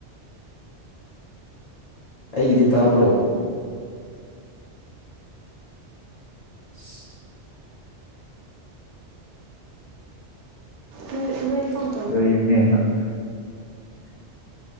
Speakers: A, on the left; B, on the right.
A: ꯑꯩꯒꯤꯗꯤ ꯇꯥꯕ꯭ꯔꯣ <unintelligible>
B: ꯅꯣꯏ ꯅꯣꯏ ꯐꯣꯟ
A: <inaudible>
B: ꯇꯧ ꯀꯔꯤ